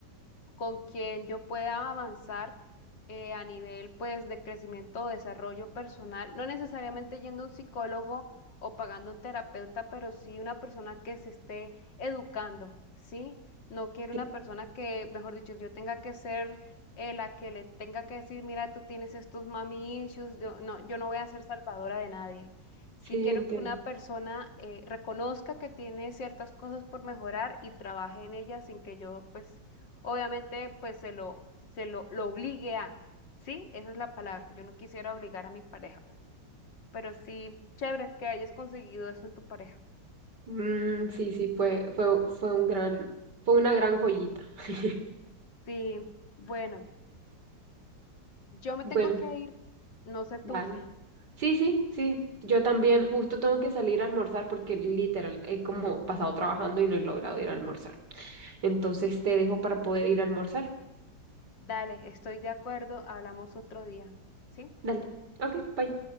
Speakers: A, on the left; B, on the right.
A: con quien yo pueda avanzar eh, a nivel pues de crecimiento o desarrollo personal, no necesariamente yendo a un psicólogo o pagando un terapeuta, pero sí una persona que se esté educando, ¿sí? No quiero
B: Sí,
A: una persona que, mejor dicho, yo tenga que ser eh, la que le tenga que decir, mira, tú tienes estos mami issues, yo, no, yo no voy a ser salvadora de nadie. Sí
B: sí,
A: quiero
B: entiendo.
A: que una persona eh, reconozca que tiene ciertas cosas por mejorar y trabaje en ellas sin que yo pues Obviamente, pues se lo, se lo, lo obligue a, ¿sí? Esa es la palabra. Yo no quisiera obligar a mi pareja, pero sí, chévere que hayas conseguido eso en tu pareja.
B: Mm, sí, sí, fue, fue, fue un gran, fue una gran joyita. <laughs>
A: Sí, bueno, yo me
B: Bueno.
A: tengo que ir, no sé tú,
B: Vale. Sí, sí, sí. Yo también justo tengo que salir a almorzar porque literal he como pasado trabajando y no he logrado ir a almorzar. Entonces te dejo para poder ir a almorzar.
A: dale, estoy de acuerdo, hablamos otro día, ¿sí?
B: Dale. Ok, bye.